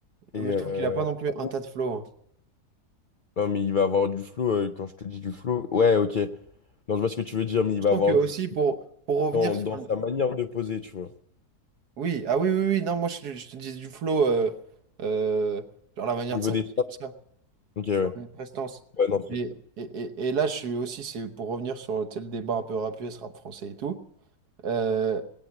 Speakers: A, on the left; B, on the right.
A: Et,
B: Euh, Mais
A: euh,
B: je trouve qu'il n'a pas non plus
A: par
B: un
A: contre,
B: tas de flow. hein.
A: non, mais il va avoir du flow, euh, quand je te dis du flow, ouais, ok. Non, je vois ce que tu veux dire, mais il
B: Je
A: va
B: trouve
A: avoir
B: que aussi
A: du flow
B: pour, pour revenir
A: dans,
B: sur
A: dans
B: le...
A: sa manière de poser, tu vois.
B: Oui, ah oui, oui, oui, non, moi je, te je te dis du flow, euh, euh, genre la manière
A: Au niveau
B: de s'habiller,
A: des
B: tout ça,
A: Ok, ouais.
B: la prestance.
A: Ouais, non, c'est
B: Et,
A: vrai.
B: et, et, et là, je suis aussi, c'est pour revenir sur tu sais, le débat un peu rap US, rap français et tout. euh,